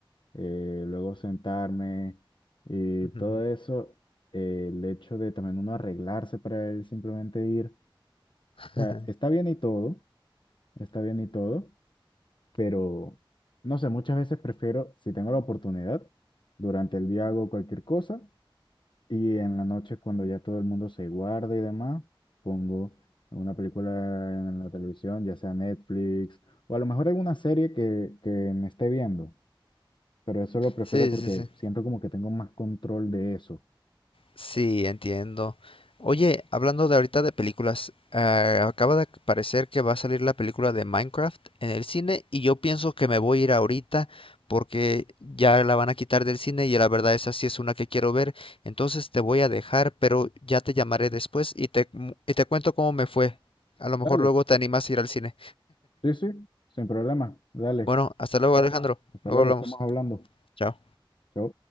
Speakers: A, on the left (about 60°); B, on the left (about 80°).
A: eh, luego sentarme y
B: Ujú.
A: todo eso, eh, el hecho de también uno arreglarse para él simplemente ir.
B: <laughs>
A: O sea, está bien y todo, está bien y todo, pero no sé, muchas veces prefiero, si tengo la oportunidad, durante el día hago cualquier cosa y en la noche, cuando ya todo el mundo se guarda y demás, pongo una película en la televisión, ya sea Netflix, o a lo mejor alguna serie que, que me esté viendo. Pero eso lo prefiero
B: Sí,
A: porque
B: sí, sí.
A: siento como que tengo más control de eso.
B: Sí, entiendo. Oye, hablando de ahorita de películas, eh, acaba de parecer que va a salir la película de Minecraft en el cine y yo pienso que me voy a ir ahorita porque ya la van a quitar del cine y la verdad esa sí es una que quiero ver. Entonces te voy a dejar, pero ya te llamaré después y te, mu- y te cuento cómo me fue. A lo mejor
A: Dale,
B: luego te animas a ir al cine.
A: sí, sí, sin problema. Dale,
B: Bueno, hasta luego, Alejandro.
A: hasta
B: Luego
A: luego,
B: hablamos.
A: estamos hablando.
B: Chao.
A: Chao.